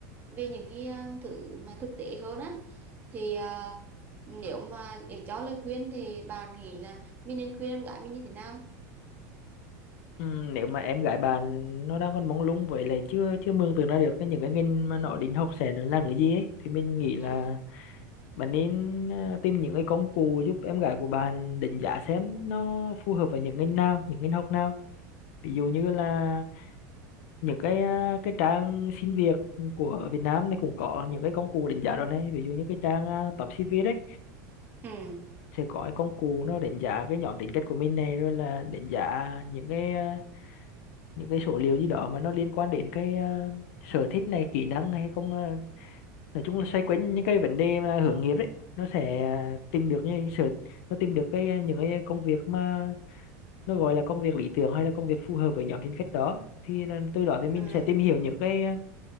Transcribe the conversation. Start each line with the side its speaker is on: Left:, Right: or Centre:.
Right: về những cái ờ, thứ mà thực tế hơn á thì ờ, nếu mà để cho lời khuyên thì bạn nghĩ là mình nên khuyên em gái mình như thế nào
Left: ừm, nếu mà em gái bạn nó đang còn mông lung với lại chưa chưa mường tượng ra được cái những cái ngành mà nó định học sẽ là làm cái gì ấy thì mình nghĩ là
Right: ừ
Left: Bạn nên à, tìm những cái công cụ giúp em gái của bạn đánh giá xem nó phù hợp với những ngành nào, những ngành học nào. Ví dụ như là những cái à, cái trang xin việc của Việt Nam này cũng có những cái công cụ đánh giá đó này. Ví dụ như cái trang à, Top CV đấy
Right: ừ
Left: sẽ có cái công cụ nó đánh giá cái nhóm tính cách của mình này rồi là đánh giá những cái à, những cái số liệu gì đó mà nó liên quan đến cái à, sở thích này, kỹ năng hay không ờ, nói chung là xoay quanh những cái vấn đề mà hướng nghiệp đấy nó sẽ à, tìm được những sở nó tìm được cái những cái công việc mà nó gọi là công việc lý tưởng hay là công việc phù hợp với nhóm tính cách đó thì là từ đó thì mình
Right: ừ.
Left: sẽ tìm hiểu những cái à,